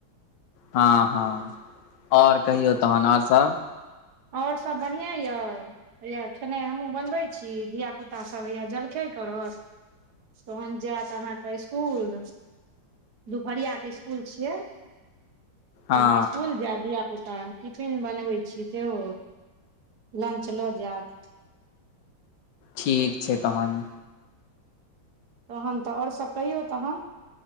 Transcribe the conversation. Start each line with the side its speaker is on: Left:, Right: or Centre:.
Left: हाँ हाँ और कहियौ तहन और सभ
Right: और सब बढ़िआँ यए हैया खेनाइ हमहूँ बनबैत छी धिया पुता सभ हैया जलखै करत तहन जैत अहाँ के स्कूल दुपहरिआ कऽ स्कूल छियै तहन
Left: हँ
Right: स्कुल जैत धिआ पुता टिफिन बनबै छी सेहो लंच लऽ जायत
Left: ठीक छै तहन
Right: तहन तऽ और सब कहियौ तहन